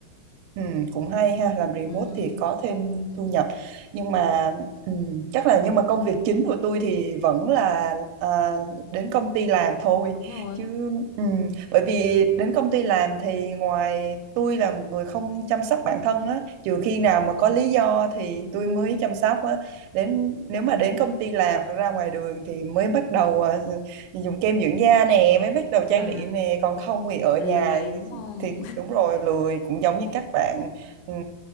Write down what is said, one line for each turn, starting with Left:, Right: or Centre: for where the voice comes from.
Right: Ừ, cũng hay ha làm remote
Left: ừ,
Right: thì có thêm thu nhập nhưng mà ừ, chắc là nhưng mà công việc chính của tôi thì vẫn là à, đến công ty làm thôi
Left: đúng rồi
Right: chứ ừ, bởi vì đến công ty làm thì ngoài tôi là một người không chăm sóc bản thân á trừ khi nào mà có lý do thì tôi mới chăm sóc á đến nếu mà đến công ty làm hoặc ra ngoài đường thì mới bắt đầu à, dùng kem dưỡng da nè mới bắt đầu trang
Left: à
Right: điểm nè còn không thì ở
Left: là
Right: nhà
Left: lười đúng không
Right: thì đúng rồi lười cũng giống như các bạn ừm,